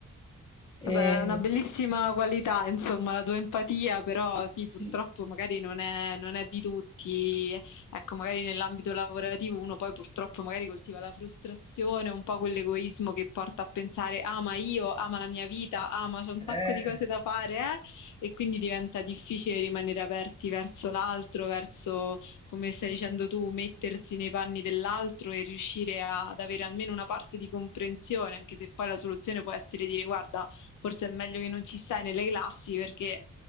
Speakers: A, on the left; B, on the left.
A: E-
B: Vabbè, è una bellissima qualità, insomma, la tua empatia, però sì,
A: Sì,
B: purtroppo magari non è, non è di tutti. Ecco, magari nell'ambito lavorativo uno poi purtroppo magari coltiva la frustrazione, un po' quell'egoismo che porta a pensare, ah, ma io, ah, ma la mia vita, ah, ma c'ho un
A: eh,
B: sacco di cose da fare, eh? E quindi diventa difficile rimanere aperti verso l'altro, verso, come stai dicendo tu, mettersi nei panni dell'altro e riuscire ad avere almeno una parte di comprensione, anche se poi la soluzione può essere dire, guarda, forse è meglio che non ci stai nelle classi perché